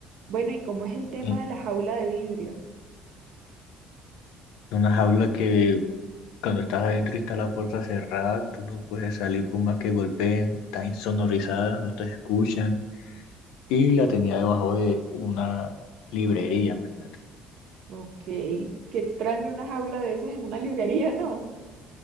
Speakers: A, on the right; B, on the left.
A: Bueno, ¿y cómo es el tema
B: En
A: de la jaula de vidrio?
B: una jaula que cuando estás adentro y está la puerta cerrada, tú no puedes salir por más que golpeen, está insonorizada, no te escuchan. y la tenía debajo de una librería, imagínate.
A: Ok, qué extraño una jaula de esas en una librería, ¿no?